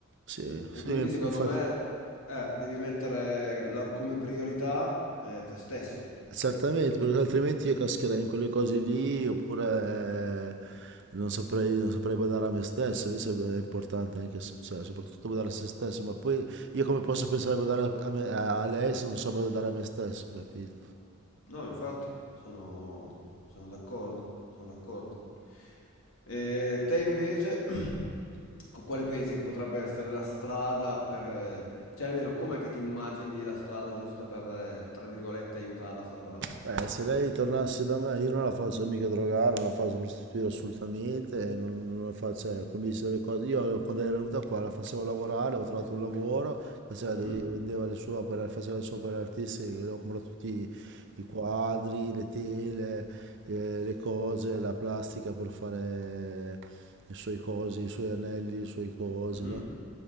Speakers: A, on the right (about 60°); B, on the left (about 80°).
A: Sì,
B: E
A: sì,
B: quindi
A: inf-
B: secondo
A: infatti.
B: me eh, devi mettere la- come priorità eh, te stesso.
A: Certamente, perché altrimenti io cascherei in quelle cose lì oppure eh, non saprei, non saprei badare a me stesso, invece è importante anche, s- cioè, soprattutto badare a se stesso, ma poi io come posso pensare a badare a, me- a lei se non so badare a me stesso, capito?
B: No, infatti, sono, sono d'accordo, sono d'accordo. E te invece, <clears throat> co- quale pensi che potrebbe essere la strada per... eh, Cioè, almeno com'è che ti immagini la strada giusta per, eh, tra virgolette, aiutarla a salvarsi?
A: Eh, se lei tornasse da me, io non la faccio mica drogare, non la faccio prostituire assolutamente, non, non la faccio, cioè, come dice le cose. Io quando era venuta qua la facevo lavorare, ho trovato un lavoro, faceva
B: Mhm,
A: dei- vendeva le sue opere, faceva le sue opere artistiche, le ho comprato tutti i quadri, le tele, eh, le cose, la plastica per fare i suoi cosi, i suoi anelli, i suoi cosi,
B: mhm.
A: no?